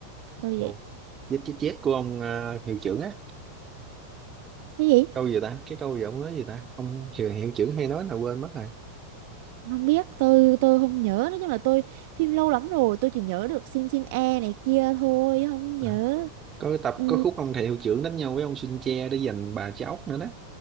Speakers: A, on the right; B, on the right.
A: câu
B: câu
A: vậy
B: chết chết chết của ông ờ, hiệu trưởng á
A: cái gì
B: câu gì ta cái câu gì ông nói gì ta ông hiệu, hiệu trưởng hay nói là quên mất rồi
A: không biết tôi tôi không nhớ nói chung là tôi phim lâu lắm rồi tôi chỉ nhớ được Shin Shin E này kia thôi không nhớ
B: à. có cái tập
A: ừ
B: có khúc ông thầy hiệu trưởng đánh nhau với ông Sun Che để giành bà cháu nữa đó